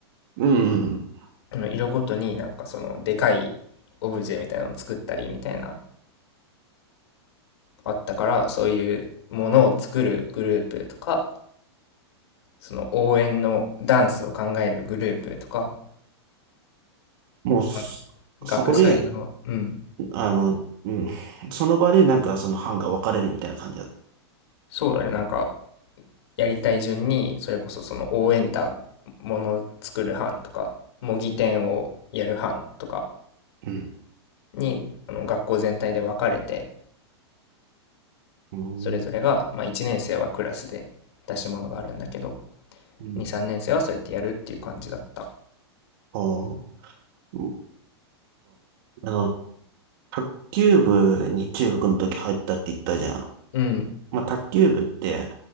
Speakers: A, on the right; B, on the left.
A: うん。うん
B: あの色ごとになんかそのでかいオブジェみたいなのを作ったりみたいなあったからそういうものを作るグループとかその応援のダンスを考えるグループとか、
A: もうそ、
B: まあ学祭のうん
A: そこで、あの、うん。<laughs> その場で、なんかその班が分かれるみたいな感じだ。
B: そうだねなんかやりたい順にそれこそその応援団ものを作る班とか模擬店をやる班とか
A: うん。
B: にあの学校全体で分かれて
A: うん。
B: それぞれが、まあ、1年生はクラスで出し物があるんだけど
A: うん
B: 23年生はそうやってやるっていう感じだった
A: ああ。が、あの、卓球部に中学の時入ったって言ったじゃん。
B: うん
A: まあ、卓球部って、